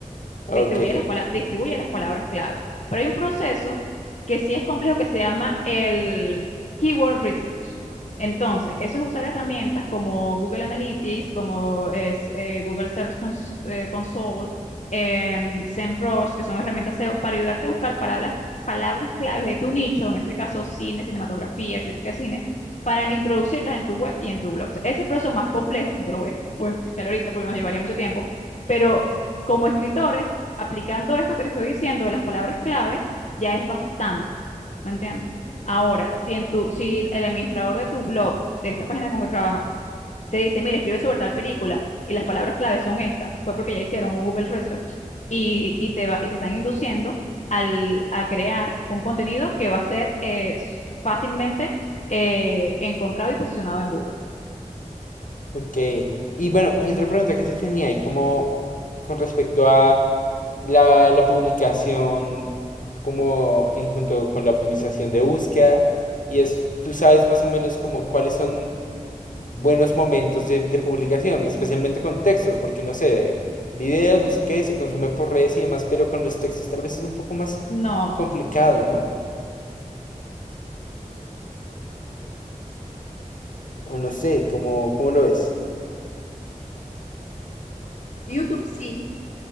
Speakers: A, on the left; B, on the left.
A: Ok,
B: distribuye las, pala- distribuye las palabras clave. Pero hay un proceso que sí es complejo que se llama el Keyword Research. Entonces, eso es usar herramientas como Google Analytics, como es, eh, Google Search Cons- eh, Console, em, SEMrush, que son herramientas SEO para ayudarte a buscar palabras, palabras claves de tu nicho, en este caso cine, cinematografía, crítica de cine, para introducirlas en tu web y en tu blog. O sea, ese proceso más complejo, no te lo voy a, puedo explicar ahorita porque nos llevaría mucho tiempo, pero como escritores aplicando esto que te estoy diciendo de las palabras clave, ya es bastante, ¿me entiendes? Ahora, si, en tu, si el administrador de tu blog, de esta página con que trabajas, te dice, mira, escribe sobre tal película y las palabras clave son estas, fue porque ya hicieron un Google Research y, y te, va, y te están induciendo al, a crear un contenido que va a ser eh, fácilmente eh, encontrado y posicionado en Google.
A: ok. Y bueno, y otra pregunta que te tenía ahí como con respecto a la, la publicación como en junto con la optimización de búsqueda. Y es, tú sabes más o menos como cuáles son buenos momentos de, de publicación, especialmente con textos, porque no sé, videos, no sé qué, se consume por redes y demás, pero con los textos tal vez es un poco más
B: No,
A: complicado, ¿no? O no sé, ¿cómo, cómo lo ves
B: YouTube sí,